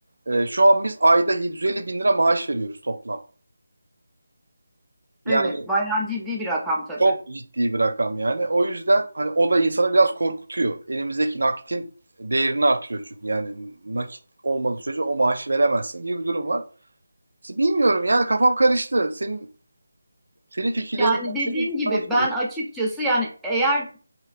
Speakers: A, on the right; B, in the centre.
A: e, şu an biz ayda 750 bin lira maaş veriyoruz toplam. Yani
B: Evet. Bayağı ciddi bir rakam tabii.
A: çok ciddi bir rakam yani. O yüzden hani o da insanı biraz korkutuyor. Elimizdeki nakitin değerini artırıyor çünkü. Yani nakit olmadığı sürece o maaşı veremezsin gibi bir durum var. Bilmiyorum yani kafam karıştı. Senin senin fikirlerin
B: Yani
A: ben
B: dediğim
A: senin
B: gibi
A: sana soruyorum.
B: ben açıkçası yani eğer